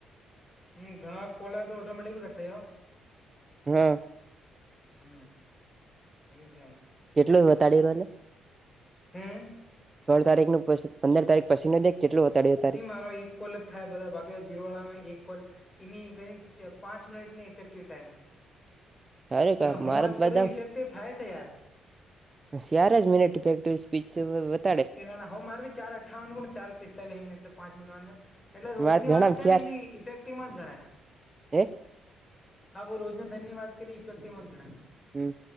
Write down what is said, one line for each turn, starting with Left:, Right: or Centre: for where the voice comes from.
Left: હમ ઘણા કોલ તો ઓટોમેટિક બી કટ થયો,
Right: હા
Left: હમ એવું છે આમાં
Right: કેટલું બતાડી રહ્યુંને
Left: હમ.
Right: સોળ તારીખ નું પી પંદર તારીખ પછી નુ દેખ કેટલું વતાડય અતારી
Left: તારો એક કાલ થાય બધા બાકી જીરવાળા એક કોલ એની ક પાંચ મિનિટ ને ઇફેક્ટડ ટાઈમ
Right: અરે કાર
Left: એટ હું
Right: મારા
Left: વાત કરું
Right: બધા
Left: ઇફેક્ટિવ થાય છે યાર.
Right: સ્યાર જ મિનટેક સ્પી <inaudible>
Left: તે માર ચાર અઠાવ વાન ગ ચાર પિસ્લીસિટ પાંચ મિનટ વા એટલે રોજ
Right: મારે
Left: ની
Right: જણામ
Left: વાત કર
Right: ચાર
Left: ને બી ઇફેક્ટિવમાં જ ગણાય.
Right: હે
Left: હા ભો રોજના ધન ની વાત કરી ઇફેક્ટિવ મા જ ગણાય.
Right: હમ